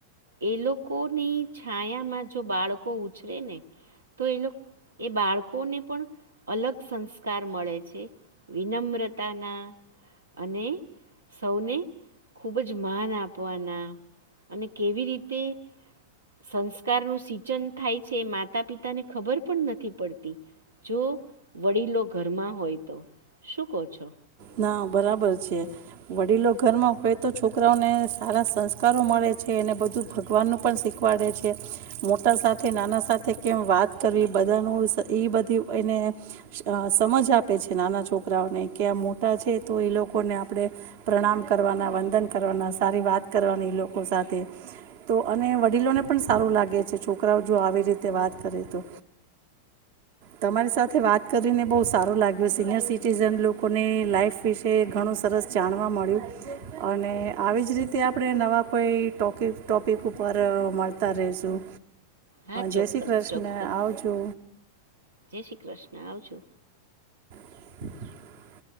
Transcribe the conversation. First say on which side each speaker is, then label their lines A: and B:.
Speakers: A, on the right (about 75°); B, on the right (about 50°).
A: એ લોકોની છાયામાં જો બાળકો ઉછરે ને તો એ લોક એ બાળ કોને પણ અલગ સંસ્કાર મળે છે વિનમ્રતાના અને. સૌને ખૂબ જ માન આપવાના અને કેવી રીતે. સંસ્કારનું સિંચન થાય છે એ માતા પિતા ને ખબર પણ નથી પડતી. જો વડીલો ઘરમાં હોય તો શું કહો છો.
B: ના બરાબર છે. વડીલો ઘરમાં હોય તો છોકરાઓને સારા સંસ્કારો મળે છે અનેને બધું ભગવાનનું પણ શીખવાડે છે મોટા સાથે નાના સાથે કેમ વાત કરવી બધાનું એ બધી એને અ સમજ આપે છે નાના છોકરાઓને કે આ મો ટા છે તો એ લોકોને આપણે પ્રણામ કરવાના વંદન કરવાના સારી વાત કરવાની એ લોકો સાથે તો અને વડીલોને પણ સારું લાગે છે છોકરાઓ જો આવી રીતે વાત કરે તો. તમારી સાથે વાત કરીને બહુ સારું લાગ્યું સિનિયર સિટીઝન લોકોને લાઈફ વિશે ઘણું સરસ જાણવા મળ્યું અને આવી જ રીતે આપણે નવા કોઈ ટોપિક ટોપિક ઉપર અ મળતા રેશું
A: હા ચોક્કસ
B: જય શ્રી કૃષ્ણ
A: ચોક્કસ
B: આવજો.
A: જય શ્રી કૃષ્ણ આવજો.
B: <unintelligible>